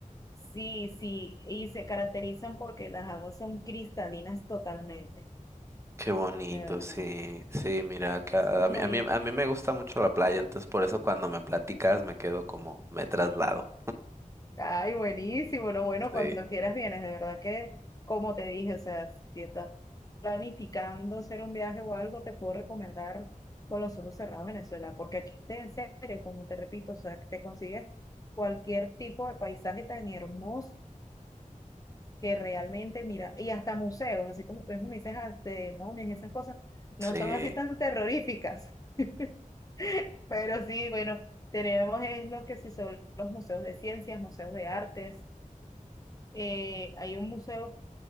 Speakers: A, on the left (about 25°); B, on the right (about 20°).
A: Sí, sí, y se caracterizan porque las aguas son cristalinas totalmente,
B: Qué bonito,
A: de verdad.
B: sí, sí, mira, acá,
A: Sí,
B: a mí,
A: No,
B: a
A: y
B: mí, a
A: el-
B: mí me gusta mucho la playa, entonces por eso cuando me platicas me quedo como, me traslado.
A: Ay, buenísimo, no, bueno,
B: Sí.
A: cuando quieras vienes, de verdad que, como te dije, o sea, si estás planificando hacer un viaje o algo, te puedo recomendar con los ojos cerrados Venezuela, porque aquí, te- en serio, como te repito, o sea, te consigues cualquier tipo de paisaje tan hermoso que realmente, mira, y hasta museos, así como tú mismo me dices, ah, de momias y esas cosas, no
B: Sí,
A: son así tan terroríficas. <laughs> Pero sí, bueno, tenemos es lo que sí son los museos de ciencias, museos de artes, eh, hay un museo